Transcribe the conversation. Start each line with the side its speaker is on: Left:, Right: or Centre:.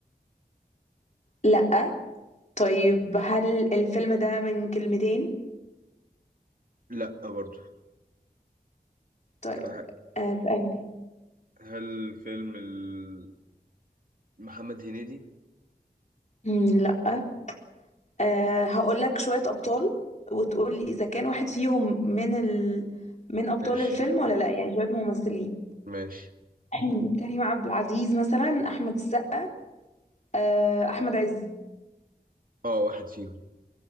Left: لا طيب هل الفيلم ده من كلمتين
Right: لا برضه
Left: طيب
Right: طب ه-
Left: آه، اسألني
Right: هل فيلم ال- محمد هنيدي؟
Left: مم، لا أه هقول لك شوية أبطال وتقول لي إذا كان واحد فيهم من ال... من أبطال
Right: ماشي
Left: الفيلم ولا لا يعني شوية ممثلين
Right: ماشي
Left: <clears throat> كريم عبد العزيز مثلا أحمد السقا أه أحمد عز
Right: اه واحد فيهم